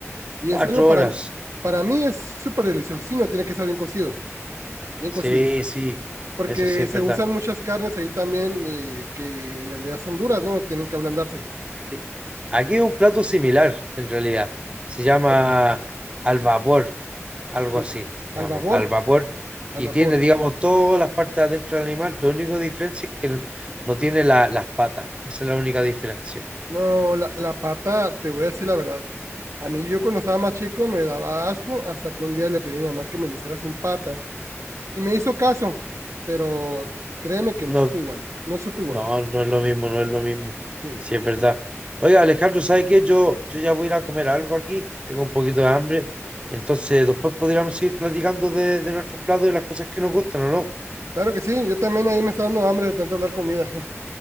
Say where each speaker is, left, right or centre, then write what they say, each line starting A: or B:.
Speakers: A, on the right (about 85°); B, on the right (about 20°).
A: Y
B: cuatro
A: es algo para,
B: horas.
A: para mí es súper delicioso. Sí, no tiene que estar bien cocido, bien
B: Sí,
A: cocido.
B: sí,
A: Porque
B: eso sí es
A: se
B: verdad.
A: usan muchas carnes ahí también eh, que en realidad son duras, ¿no? Tienen que ablandarse.
B: Sí. Aquí hay un plato similar, en realidad. Se llama
A: A ver,
B: al vapor, algo
A: al,
B: así, se
A: al
B: llama
A: vapor,
B: al vapor.
A: al
B: Y
A: vapor.
B: tiene, digamos, todas las partes adentro del animal. La única diferencia es que no tiene la- las patas. Esa es la única diferencia.
A: No, la, la pata, te voy a decir la verdad. A mí yo cuando estaba más chico me daba asco hasta que un día le pedí a mi mamá que me lo hiciera sin pata y me hizo caso, pero créeme que no
B: No
A: supo igual, no supo igual.
B: No, no es lo mismo, no es lo mismo.
A: Sí,
B: Sí, es verdad. Oiga, Alejandro, ¿sabe qué? Yo, yo ya voy a ir a comer algo aquí, tengo un poquito de hambre, entonces después podríamos seguir platicando de, de nuestros platos y las cosas que nos gustan, ¿o no?
A: claro que sí, yo también ahí me está dando hambre de tanto hablar comida. <laughs>